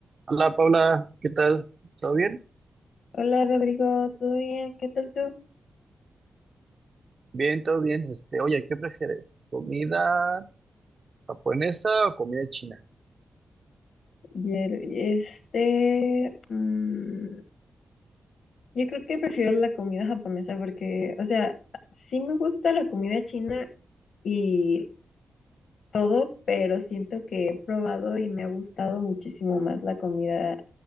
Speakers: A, on the right; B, on the left.
A: Hola Paula, ¿qué tal? ¿Todo bien?
B: Hola Rodrigo, ¿todo bien? ¿Qué tal tú?
A: Bien, todo bien. Este, oye, ¿qué prefieres? ¿Comida japonesa o comida china?
B: Ayer, este, mm, yo creo que prefiero la comida japonesa porque, o sea, sí me gusta la comida china y todo, pero siento que he probado y me ha gustado muchísimo más la comida